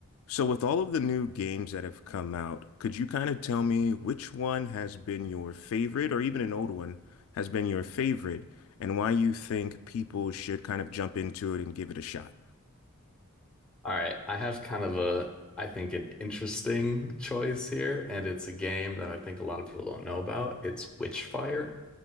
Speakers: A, on the left; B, in the centre.
A: So, with all of the new games that have come out, could you kind of tell me which one has been your favorite, or even an old one has been your favorite, and why you think people should kind of jump into it and give it a shot?
B: All right, I have kind of a, I think, an interesting choice here, and it's a game that I think a lot of people don't know about. It's Witchfire,